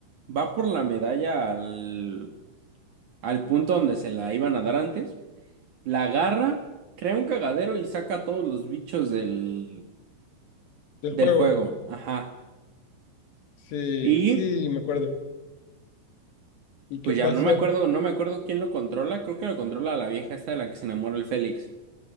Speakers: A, on the right; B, on the left.
A: va por la medalla al, al punto donde se la iban a dar antes, la agarra, crea un cagadero y saca a todos los bichos del
B: del
A: Del
B: juego.
A: juego, ajá.
B: Sí,
A: Y
B: sí, me acuerdo. ¿Y qué
A: pues
B: pasó?
A: ya no me acuerdo, no me acuerdo quién lo controla, creo que lo controla la vieja esta de la que se enamora el Félix.